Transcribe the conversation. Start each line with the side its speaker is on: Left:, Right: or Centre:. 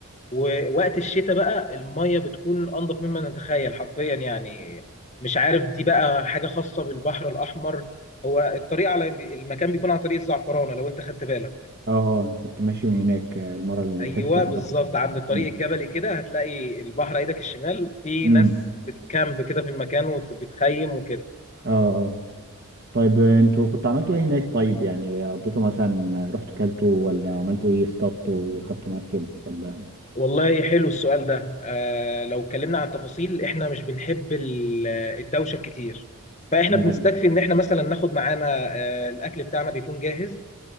Left: ووقت الشتاء بقى الميه بتكون انضف مما نتخيل حرفيا يعني مش عارف دي بقى حاجه خاصه بالبحر الاحمر هو الطريق على المكان بيكون على طريق الزعفرانه لو انت خدت بالك
Right: اه اه أنا كنت ماشي من هناك آه، المره اللي
Left: ايوه
Right: فاتت لما
Left: بالظبط
Right: رحت
Left: عند الطريق
Right: امم
Left: الجبلي كده هتلاقي البحر ايدك الشمال في
Right: أمم.
Left: ناس بتكامب كده في المكان وبتخيم وكده
Right: اه اه طيب آه، انتوا كنتوا عملتوا ايه هناك طيب يعني قضيتوا مثلا رحتوا كلتوا ولا عملتوا ايه اصطادتوا خدتوا مركب ولا
Left: والله حلو السؤال ده آه لو اتكلمنا عن التفاصيل احنا مش بنحب ال- الدوشه كتير فاحنا
Right: تمام
Left: بنستكفي ان احنا مثلا ناخد معانا آه الاكل بتاعنا بيكون جاهز